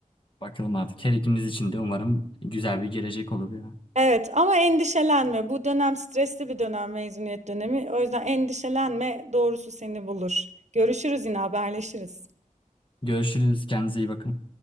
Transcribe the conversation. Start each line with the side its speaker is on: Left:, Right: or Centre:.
Left: Bakalım artık her ikimiz için de umarım güzel bir gelecek olur ya.
Right: Evet ama endişelenme. Bu dönem stresli bir dönem mezuniyet dönemi. O yüzden endişelenme, doğrusu seni bulur. Görüşürüz yine haberleşiriz.
Left: Görüşürüz. Kendinize iyi bakın.